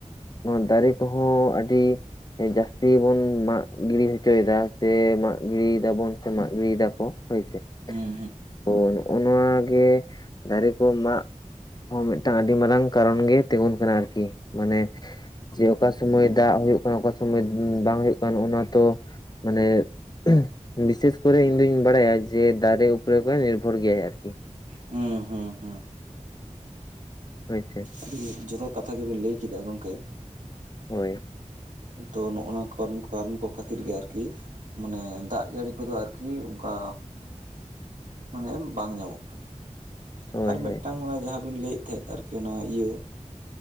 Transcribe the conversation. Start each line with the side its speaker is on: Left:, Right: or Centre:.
Left: ᱱᱚᱣᱟ ᱫᱟᱨᱮ ᱠᱚᱦᱚᱸ ᱟᱹᱰᱤ ᱡᱟᱹᱥᱛᱤ ᱵᱚᱱ ᱢᱟᱜ ᱜᱤᱰᱤ ᱦᱚᱪᱚᱭᱮᱫᱟ᱾ ᱥᱮ ᱢᱟᱜ ᱜᱤᱲᱤᱭ ᱫᱟᱵᱚᱱ ᱥᱮ ᱢᱟᱜ ᱜᱤᱰᱤᱭ ᱫᱟᱠᱚ ᱦᱳᱭᱥᱮ᱾
Right: ᱦᱩᱸ ᱦᱩᱸ ᱦᱩᱸ
Left: ᱛᱚ ᱱᱚᱜᱼᱚᱣᱟ ᱜᱮ, ᱫᱟᱨᱮ ᱠᱚ ᱢᱟᱜ ᱦᱚᱸ ᱢᱤᱫᱴᱟᱝ ᱟᱹᱰᱤ ᱢᱟᱨᱟᱝ ᱠᱟᱨᱚᱱ ᱜᱮ ᱛᱤᱸᱜᱩᱱ ᱠᱟᱱᱟ ᱟᱨᱠᱤ᱾ ᱢᱟᱱᱮ ᱡᱮ ᱚᱠᱟ ᱥᱩᱢᱟᱹᱭ ᱫᱟᱜᱳᱜ ᱠᱟᱱ ᱚᱠᱟ ᱥᱩᱢᱟᱹᱭ ᱵᱟᱝ ᱦᱳᱜ ᱠᱟᱱ ᱚᱱᱟ ᱛᱚ ᱢᱟᱱᱮ, ᱵᱤᱥᱮᱥ ᱠᱚᱨᱮ ᱤᱧ ᱫᱩᱧ ᱵᱟᱲᱟᱭᱟ ᱡᱮ ᱫᱟᱨᱮ ᱩᱯᱚᱨ ᱠᱚ ᱱᱤᱨᱵᱷᱚᱨ ᱜᱮᱭᱟᱭ ᱟᱨᱠᱤ᱾
Right: ᱦᱩᱸ ᱦᱩᱸ ᱦᱩᱸ᱾
Left: ᱦᱳᱭᱥᱮ᱾
Right: ᱟᱹᱰᱤ ᱡᱚᱛᱷᱟᱛ ᱠᱟᱛᱷᱟ ᱜᱮᱵᱮᱱ ᱞᱟᱹᱭ ᱠᱮᱫᱟ ᱜᱚᱢᱠᱮ᱾
Left: ᱦᱳᱭ᱾
Right: ᱛᱚ ᱱᱚᱜ ᱱᱚᱣᱟ ᱠᱟᱨᱚᱱ ᱠᱚ ᱠᱷᱟᱹᱛᱤᱨ ᱜᱮ ᱟᱨᱠᱤ, ᱢᱟᱱᱮ ᱫᱟᱜ ᱡᱟᱹᱲᱤ ᱠᱚᱫᱚ ᱟᱨᱠᱤ ᱚᱱᱠᱟ ᱢᱟᱱᱮ ᱵᱟᱝ ᱧᱟᱢᱚᱜ ᱠᱟᱱᱟ
Left: ᱦᱳᱭ
Right: ᱟᱨ ᱢᱤᱫᱴᱟᱝ
Left: ᱦᱳᱭ
Right: ᱚᱱᱟ ᱡᱟᱦᱟᱸ ᱵᱤᱱ ᱞᱟᱹᱭᱮᱫ ᱛᱟᱦᱮᱸᱫ ᱟᱨᱠᱤ ᱚᱱᱟ ᱤᱭᱟᱹ